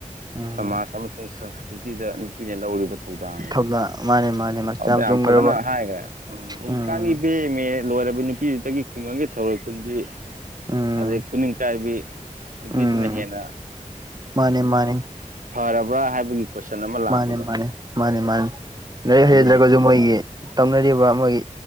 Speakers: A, on the right; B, on the right.
A: ꯎꯝ
B: ꯁꯃꯥꯖ ꯑꯃꯁꯨꯡ ꯄ꯭ꯔꯤꯇꯤꯗ ꯅꯨꯄꯤꯅ ꯂꯧꯔꯤꯕ ꯊꯧꯗꯥꯡꯅꯤꯗ
A: ꯊꯧꯗꯥ ꯃꯥꯅꯦ ꯃꯥꯅꯦ ꯃꯁ
B: ꯑꯗꯨꯗ
A: ꯆꯨꯝꯈ꯭ꯔꯕ
B: ꯌꯥꯝ ꯐꯖꯅ ꯍꯥꯏꯈ꯭ꯔꯦ ꯎꯝ ꯍꯧꯖꯤꯛꯀꯥꯟꯒꯤꯗꯤ
A: ꯎꯝ
B: ꯂꯣꯏꯔꯕ ꯅꯨꯄꯤꯗꯨꯗꯒꯤ ꯈꯨꯡꯒꯪꯒꯤ ꯊꯧꯔꯣꯏ ꯈꯨꯟꯕꯤ
A: ꯎꯝ
B: ꯑꯗꯩ ꯈꯨꯅꯤꯡ ꯀꯥꯏꯕꯤ ꯅꯨꯄꯤꯗꯨꯅ
A: ꯎꯝ
B: ꯍꯦꯟꯅ
A: ꯃꯥꯅꯦ ꯃꯥꯅꯦ
B: ꯐꯔꯕ꯭ꯔꯥ ꯍꯥꯏꯕꯒꯤ ꯀꯣꯏꯁꯟ ꯑꯃ ꯂꯥꯛꯄꯗꯣ
A: ꯃꯥꯅꯦ ꯃꯥꯅꯦ ꯃꯥꯅꯦ ꯂꯥꯏꯔꯤꯛ
B: ꯑꯗꯨꯗꯨꯅꯦ
A: ꯍꯩꯖꯗ꯭ꯔꯒꯁꯨ ꯃꯣꯏꯒꯤ ꯇꯧꯅꯔꯤꯕ ꯃꯣꯏꯒꯤ